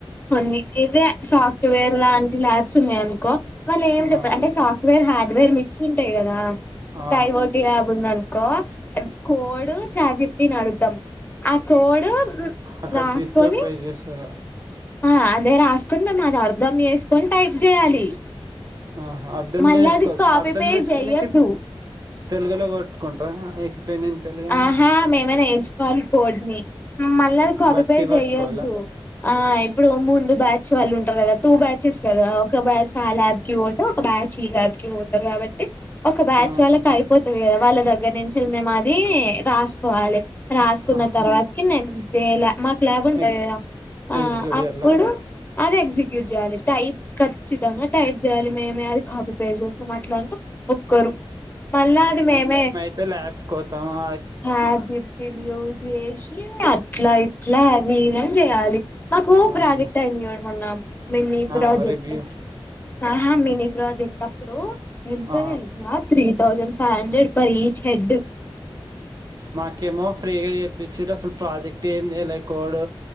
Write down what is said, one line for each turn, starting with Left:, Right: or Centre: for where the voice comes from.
Left: కొన్ని ఇదే సాఫ్ట్వేర్ లాంటి ల్యాబ్స్ ఉన్నాయి అనుకో వాళ్ళు ఏం చెప్పారు
Right: ఆ
Left: అంటే సాఫ్ట్, వేర్ హార్డ్వేర్ మిక్స్ ఉంటాయి కదా
Right: ఆ
Left: ఐవోటి యాబ్ ఉందను. కో కోడు చాజిప్పి అడుతాం ఆ కోడు,
Right: అక్కడ
Left: రాసుకోని,
Right: తీసుకొని పే చేస్తారు
Left: ఆ అదే రాసుకొని మేము అది అర్ధం చేసుకొని టైప్ చేయాలి.
Right: ఆ అర్ధం
Left: మళ్ళీ
Right: చేసుకో
Left: అది కాపీ
Right: అర్ధం
Left: పేస్ట్
Right: చేసుకోని
Left: చెయ్యొద్దు
Right: తెలుగలో కొట్టుకుంటా ఎక్స్, పె నేను తెలుగు, అని
Left: ఆహా మేమే నేయించుకోవాలి కోడ్ ని మళ్ళీ అ కాపీ
Right: బట్టి
Left: పేజ్
Right: పట్టుకోవాలా
Left: చెయ్యొద్దు. ఆ ఇప్పుడు ముందు బ్యాచ్ వాళ్ళు ఉంటారు కదా టూ బ్యాచెస్ కదా ఒక బ్యాచ్ ఆ ల్యాబ్కి పోతే ఒక బ్యాచ్, చి ల్యాబ్ కి పోతారు కాబట్టి, ఒక బ్యాచ్
Right: ఆ
Left: వాళ్ళకి అయిపోతది కదా వాళ్ళ దగ్గర నుంచి మేము అది రాస్, కోవాలి రాసుకున్న
Right: ఆహా
Left: తర్వాతకి నెక్స్ట్ డేలా మాక్, క్లబ్ ఉంటాంది
Right: ఎక్స్
Left: కదా ఆ
Right: ఎగ్జిక్యూటివ్లా
Left: అప్పుడు, అది ఎగ్జిక్యూట్ చేయాలి టైప్ ఖచ్చితంగా టైప్ చేయాలి మేమే అది కాపీ పేజ్ చేస్తాం. క్లంటా ఒక్కరు మళ్ళ అది మేమే
Right: అంటే ల్యాబ్స్ కోతమా
Left: చాట్ జిపిటి నీ యూస్ చేసి అట్లా ఇ ట్లా అది ఇది అని చెయాలి మాకు
Right: ఆహా
Left: ప్రాజెక్ట్ అయింది చూడు మొన్న మిన్ని
Right: ఆ
Left: ప్రాజెక్ట్
Right: రివ్యూ
Left: ఆహా మినీ ప్రాజెక్ట్ అప్పుడు ఎంత
Right: ఆ
Left: తెలుసా three thousand five hundred per each head
Right: మాకేమో ఫ్రీగా చేపిచిరు అసలు ప్రాజెక్ట్ ఏం చేయలే కోడ్